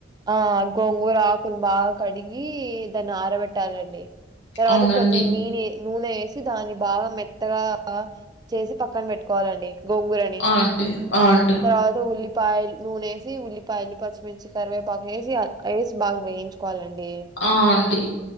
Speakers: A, on the right (about 20°); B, on the left (about 70°).
A: ఆ గోంగూర ఆకులు బాగా కడిగి దాన్నారబెట్ పెట్టాలండి తర్వాత
B: అవునండి
A: కొద్దిగా నీనే నూనె ఏసి దాన్ని బాగా మెత్తగా చేసి పక్కన పెట్టుకోవాలండి గోంగూరని
B: ఆ అండి ఆ అండి
A: తర్వాత ఉల్లిపాయల్ నూనేసి ఉల్లిపాయలు పచ్చిమిర్చి కరివేపాకు ఏసి ఏసి బాగా వేయించు కోవాలండి
B: ఆ అండి